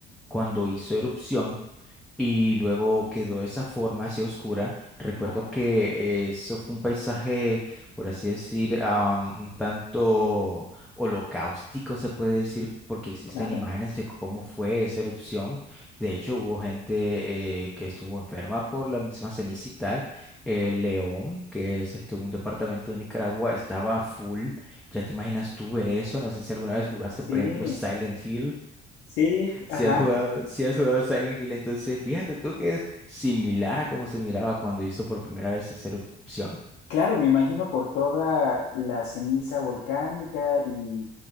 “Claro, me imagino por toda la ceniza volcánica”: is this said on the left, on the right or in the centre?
Left